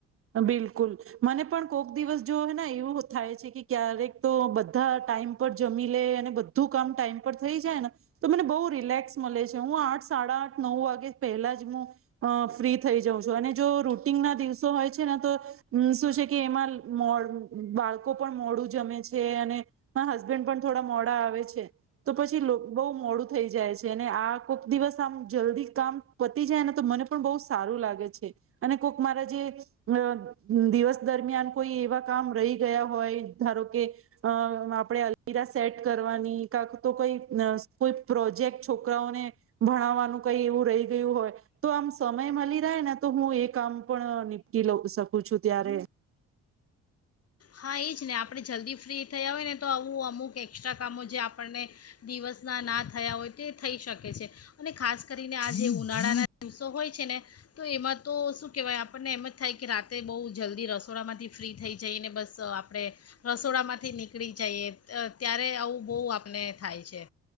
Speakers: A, on the right (about 45°); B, on the left (about 50°).
A: બિલકુલ. મને પણ કોક દિવસ જો હેને એવું થાય છે કે, ક્યારેક તો બધા ટાઈમ પર જમી લે અને બ ધું કામ ટાઈમ પર થઈ જાયને તો મને બહુ રિલેક્સ મલે છે. હું આઠ સાડા આઠ-નવ વાગે પહેલા જ હું ફ્રી થઈ જાઉં છું અને જો રૂટીનના દિવ સો હોય છે ને, તો શું છે કે એમાં મો બાળકો પણ મોડું જમે છે અને માર હસબેન્ડ પણ થોડા મોડા આવે છે. તો પછી લોક બહુ મોડું થઈ જાય છે અને આ કોક દિવસ આમ જલ્દી કામ પતી જાયને તો મને પણ બહુ સારું લાગે છે અને કોક મારા જે અ દિવસ દરમિયાન કોઈ એવા કામ રહી ગયા હોય ધારો કે અ આપણેે અલમીરા સેટ કરવાની કાક તો કોઈ ન કોઈ પ્રોજેક્ટ છોકરાઓને ભણાવવાનું કઈ એવું રહી ગયું હોય તો આમ સમય મળી રહેને તો હું એ કામ પણ નીપટી લઉ શકું છું ત્યારે.
B: હા, એ જ ને આપણે જલ્દી ફ્રી થયા હોયને તો આવું અમુક એસ્ટ્રા કામો જે આપણને દિવસના ના થયા હોય તે થઈ શકે છે અને ખાસ કરીને આ જે ઉનાળાના સો હોય છે ને તો એમાં તો શું કહેવાય આપણને એમ જ થાય કે રાતેે બહુ જલ્દી રસોડામાંથી ફ્રી થઈ જઈએ ને બસ તો આપણે રસોડામાંથી નીકળી જઈએ ત્યારે આવું બહુ આપને થાય છે.